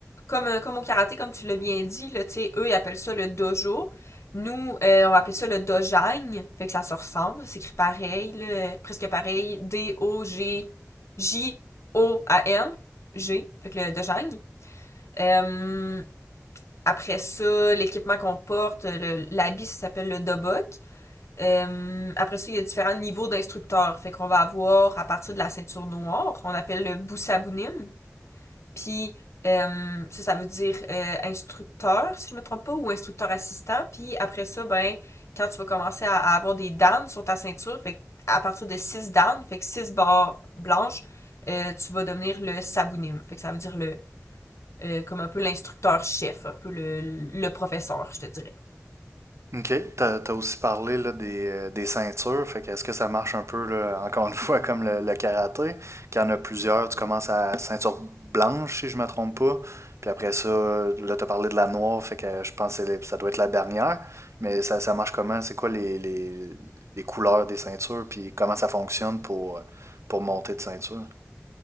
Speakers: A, on the left (about 60°); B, on the right (about 60°).
A: comme, euh, comme au karaté, comme tu l'as bien dit, là, tu sais, eux, ils appellent ça le dojo. Nous, euh, on va appeler ça le dojagne, fait que ça se ressemble, c'est écrit pareil, là, euh, presque pareil, D-O-G-J-O-A-N, G, J O A N, G, fait que le dojagne. Euh, après ça, l'équipement qu'on porte, le- l'habit, ça s'appelle le dobok. Euh, après ça, il y a différents niveaux d'instructeurs. Fait qu'on va avoir, à partir de la ceinture noire, on appelle le Boussabounim. Puis euh, ça, ça veut dire euh, instructeur, si je me trompe pas, ou instructeur assistant. Puis après ça, ben, quand tu vas commencer à, à avoir des dames sur ta ceinture, fait à partir de 6 dames, fait que 6 barres blanches, euh, tu vas devenir le sabounim. Fait que ça veut dire le euh, comme un peu l'instructeur chef, un peu le, le professeur, je te dirais.
B: OK. T'as, t'as aussi parlé là, des, euh, des ceintures. Fait que est-ce que ça marche un peu, là, <laughs> encore une fois, comme le, le karaté, qu'il y en a plusieurs, tu commences à ceinture blanche, si je me trompe pas. Puis après ça, euh, là, t'as parlé de la noire, fait que euh, je pense que c'est les- ça doit être la dernière. Mais ça, ça marche comment? C'est quoi les, les, les couleurs des ceintures? Puis comment ça fonctionne pour, pour monter de ceinture?